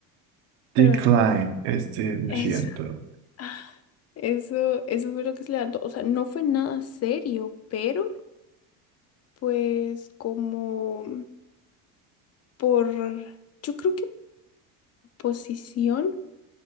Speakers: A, on the right (about 80°); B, on the left (about 40°).
A: decline,
B: pero bueno,
A: este, no
B: eso.
A: es cierto.
B: <laughs> Eso, eso fue lo que se levantó. O sea, no fue nada serio, pero Pues como por, yo creo que posición